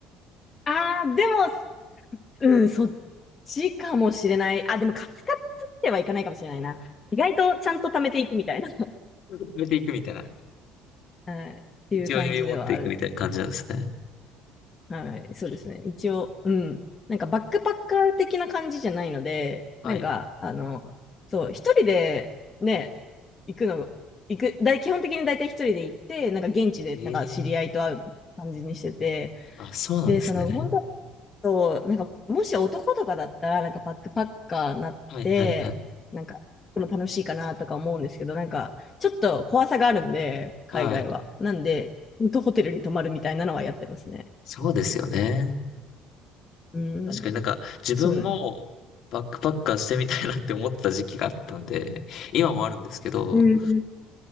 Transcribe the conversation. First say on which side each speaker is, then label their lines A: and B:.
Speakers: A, on the left; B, on the left.
A: ああ、でも、うん、そっちかもしれない。あ、でもカツカツではいかないかもしれないな。意外とちゃんと貯めていくみたいな、
B: 受めていくみたいな。
A: はい、っていう感じではある
B: 一応余裕持っていくみたいな感じなんですね。
A: はい、そうですね。一応、うん。なんかバックパッカー的な感じじゃないので、
B: はい。
A: なんか、あの、そう、一人でね、行くの、行く、だい、基本的に大体一人で行って、なんか現地で、
B: ええー
A: なんか知り合いと会う感じにしてて、
B: あ、そうなんですね。
A: で、その、本当そうなんか、もし男とかだったら、なんかバックパッカーになって、
B: はいはいはい。
A: なんか、この楽しいかなとか思うんですけど、なんか、ちょっと怖さがあるんで、海外は。
B: はい。
A: なんで、ホテルに泊まるみたいなのはやってますね。
B: そうですよね。
A: うん。
B: 確かになんか自分もバックパッカーしてみたいなって思ってた時期があったんで、
A: そうね。
B: 今もあるんですけど、
A: へえ